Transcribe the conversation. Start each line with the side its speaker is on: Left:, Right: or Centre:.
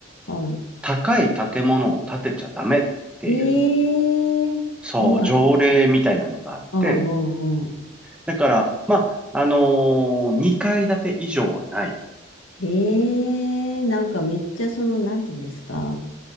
Left: は
Centre: 高い建物を建てちゃダメっていう、
Left: い。ええーはい。
Centre: そう、条例みたいなのがあって、
Left: うんうんうん。
Centre: だから、まあ、あのー、2階建て以上はない。
Left: ええーなんかめっちゃその、なんていうんですか。